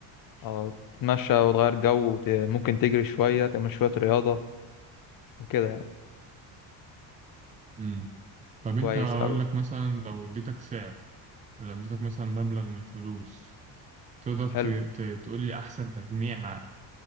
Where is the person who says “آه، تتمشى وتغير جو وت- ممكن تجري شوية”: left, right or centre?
Left